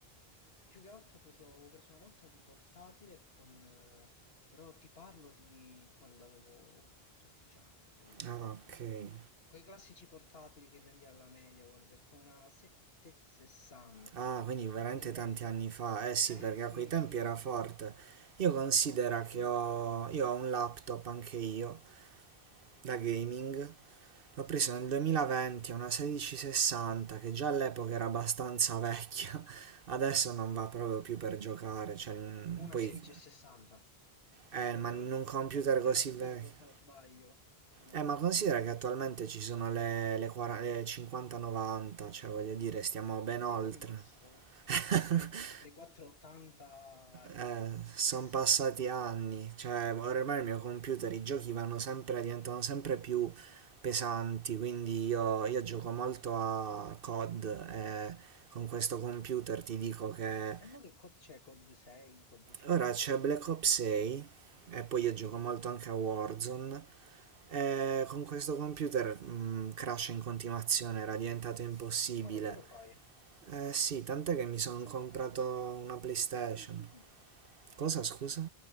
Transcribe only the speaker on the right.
Ah,
ok. Eh,
ah, quindi veramente
tanti anni fa. Eh sì,
perché
a quei tempi
era
forte. Io considero
che
ho,
io ho un laptop anche io, da gaming, L'ho presa nel 2020, una 1660 che già all'epoca era abbastanza vecchia, <laughs> adesso non va proprio più per giocare, cioè mm,
poi
eh, ma in un computer
così
vecchio.
Eh, ma considera che attualmente ci sono le, le, 40 le 50-90, cioè voglio dire, stiamo ben
oltre.
<laughs>
Eh,
sono passati anni, cioè ormai il mio computer, i giochi vanno sempre, diventano sempre più pesanti, quindi io, io gioco molto a COD e con questo computer ti dico che
ora c'è Black Ops 6 e poi io gioco
molto
anche a Warzone e con questo computer mh, crash in continuazione, era diventato impossibile.
Eh sì, tant'è che mi sono
comprato
una PlayStation.
Cosa scusa?